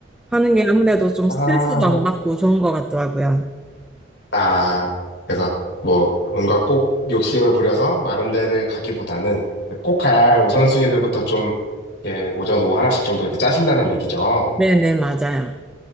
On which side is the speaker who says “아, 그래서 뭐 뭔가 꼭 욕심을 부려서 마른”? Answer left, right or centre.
Left